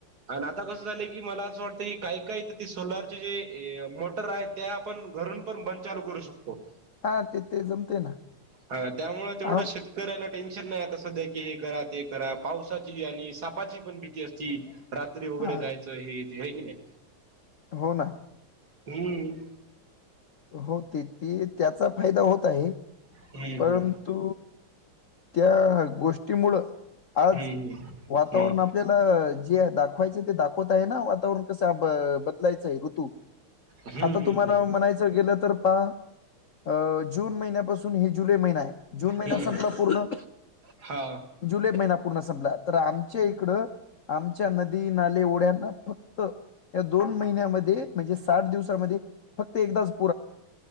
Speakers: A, on the right; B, on the left.
A: आणि आता कसं झालंय की मला असं वाटतंय की काय, काय तर ते सोलर चे जे ए मोटर आहे त्या आपण घरून पण बंद चालू करू शकतो.
B: हा ते ते जमते ना
A: हा त्यामुळं तेवढं
B: हा
A: शेत कऱ्याला टेन्शन नाही आता सध्या की हे करा ते करा पावसाची आणि सापाची पण भीती असती. रात्री वगैरे
B: हा
A: जायचं हे ते होय की नाही.
B: हो ना.
A: हम्म.
B: हो ती, ती त्याचा फायदा होत आहे.
A: हम्म
B: परंतु
A: हम्म
B: त्या गोष्टीमुळं आज
A: हम्म हम्म
B: वातावरण आपल्याला जे दाखवायचं ते दाखवत आहे ना वातावरण कसं ब बदलायचं तू
A: हम्म
B: आता
A: हम्म
B: तुम्हाला
A: हम्म
B: म्हणायचं त गेलं तर पहा अ जून महिन्यापासून हे जुलै महिना आहे. जून महिना
A: हम्म
B: संपला पूर्ण
A: हा
B: जुलै महिना पूर्ण संपला तर आमच्या इकडं आमच्या नदी नाले ओढ्यांना फक्त या दोन महिन्यामध्ये म्हणजे साठ दिवसामध्ये फक्त एकदाच असतो